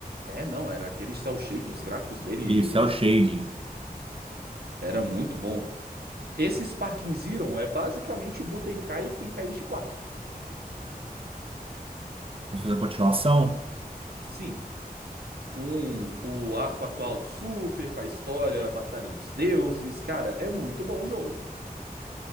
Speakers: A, on the right; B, on the right.
A: É, não, era aquele cel shading, os gráficos dele
B: Isso,
A: eu-
B: é o shading.
A: era muito bom. Esse Sparking Zero é basicamente o Budokai Tenkaichi 4.
B: Vamos fazer a continuação?
A: Sim, com o arco atual do Super, com a história, a Batalha dos Deuses, cara, é muito bom o jogo.